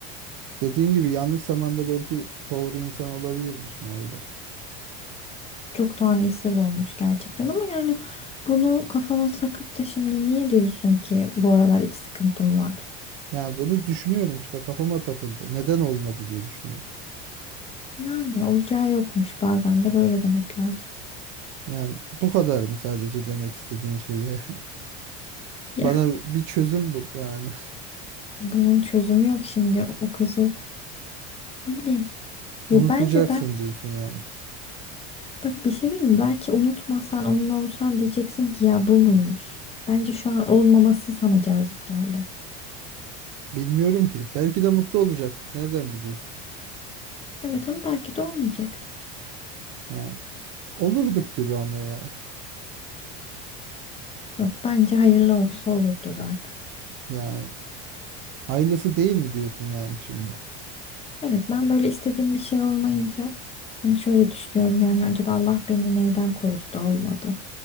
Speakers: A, on the right; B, on the left.
A: dediğin gibi yanlış zamanda belki doğru insan olabilirmişim orada.
B: Çok talihsiz olmuş gerçekten ama yani bunu kafana takıp da şimdi niye diyorsun ki bu aralar iç sıkıntım var?
A: Yani bunu düşünüyorum işte kafama takıldı. Neden olmadı diye düşünüyorum.
B: Yani olacağı yokmuş bazen de böyle demek lazım.
A: Yani bu kadar mı sadece demek istediğin şeyi? <laughs>
B: Ya
A: Bana bir çözüm bul yani.
B: bunun çözümü yok şimdi o kızı ne bileyim.
A: <laughs> Unutacaksın
B: Ya bence belki
A: diyorsun yani.
B: bak bir şey diyeyim mi? Belki unutmasan onunla olsan diyeceksin ki ya bu muymuş? Bence şu an olmaması sana cazip geldi.
A: Bilmiyorum ki. Belki de mutlu olacaktık. Nereden biliyorsun?
B: Evet ama belki de olmayacaktı.
A: Yani olurduk gibi ama ya.
B: Yok bence hayırlı olsa olurdu zaten.
A: Yani Hayırlısı değil mi diyorsun yani şimdi?
B: Evet ben böyle istediğim bir şey olmayınca hani şöyle düşünüyorum yani acaba Allah beni neyden korudu da olmadı.